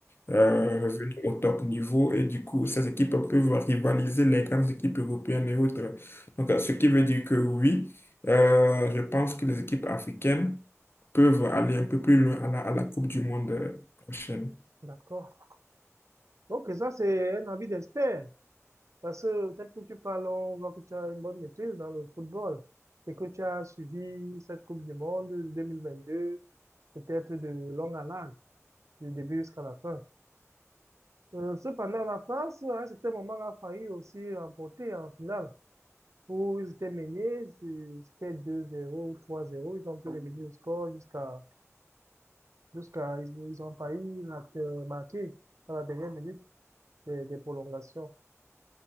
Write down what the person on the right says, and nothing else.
Ouais,
d'accord. Donc, ça, c'est un avis d'expert. Parce que, tel que tu parles, on voit que tu as une bonne maîtrise dans le football et que tu as suivi cette Coupe du Monde de 2022, peut-être de long à large, du début jusqu'à la fin. Euh, cependant, la France, à un certain moment, a failli aussi remporter en finale, où ils étaient menés, c'est- c'était deux zéro ou trois zéro ils ont pu revenir au score jusqu'à, jusqu'à, ils, ils ont failli mar- euh, marquer à la dernière minute des, des prolongations.